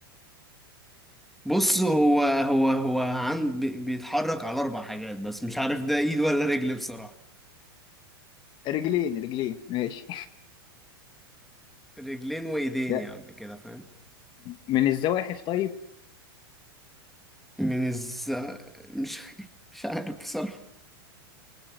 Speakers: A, in the centre; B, on the left.
A: بص هو هو هو عن... بي- بيتحرك على أربع حاجات بس مش عارف ده إيد ولا رجل بصراحة
B: رجلين رجلين ماشي
A: رجلين وإيدين
B: <laughs>
A: يعني كده فاهم
B: من الزواحف طيب
A: من الز مش <laughs> مش عارف بصراحة